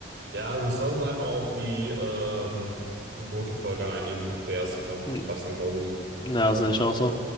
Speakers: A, on the right; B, on the left.
A: Ja, also sonst lass uns einfach auf die ähm, Gojo-Folge einigen. Der erste Kampf,
B: Hm,
A: das passt dann, glaube ich.
B: Ja, sehe ich auch so.